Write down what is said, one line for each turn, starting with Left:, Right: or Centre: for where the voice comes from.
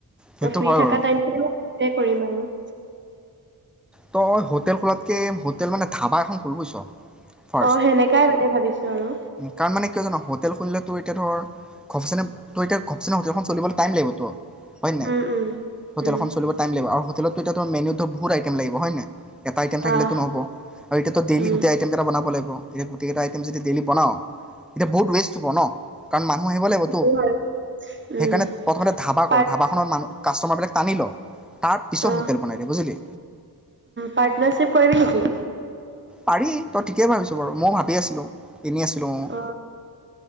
Centre: সেইটো
Right: ত ফ্ৰী
Centre: হয়
Right: থকা
Centre: বাৰু
Right: টাইম <unintelligible> কৰিম আৰু।
Centre: তই, অ, হোটেল খোলাতকে হোটেল মানে ধাবা এখন খোল, বুইছ? ফাৰ্ষ্ট,
Right: অ', সেনেকাই মানে ভাবিছো আৰু
Centre: তাৰ মানে কিয় জান হোটেল খুলিলে ত এতিয়া ধৰ ঘপচনে তোৰ এতিয়া ঘপচেনে হোটেলখন চলিবলৈ টাইম লাগিব ত। হয়ে নাই?
Right: উম, উম,
Centre: হোটেল
Right: উম,
Centre: এখন চলিব টাইম লাগিব। আৰু হোটেলতো মেনুত ধৰ বহুত আই তেম লাগিব হয় নাই? এটা আইটেম থাকিলেতো
Right: আহ,
Centre: নহ'ব। আৰু এতিয়াো ডেইলি
Right: উম,
Centre: গোটেই আইটম কেইটা বনাব লাগিব। এই টিকেট আইটেম যদি ডেইলী বনাও এতিয়া বহুত ৱেষ্ট হব ন, কাৰণ ম মানুহ আহিব লাগিবতো,
Right: উম, উম
Centre: সেইকাৰণে প্ৰথমতে ধাবা
Right: পাৰ
Centre: কৰ ধাবাখনত মানুহ কাষ্টমাৰবিলাক টানি ল, তাৰ পিছত
Right: অ
Centre: হোটেল বনাই দে বুজিলি?
Right: পাৰ্টনাৰশ্বিপ কৰিবি নেকি?
Centre: পাৰি তই ঠিকেই ভাবিছ বাৰু, মই ভাবি আছিলো। এনেই আছিলো অঁ।
Right: অ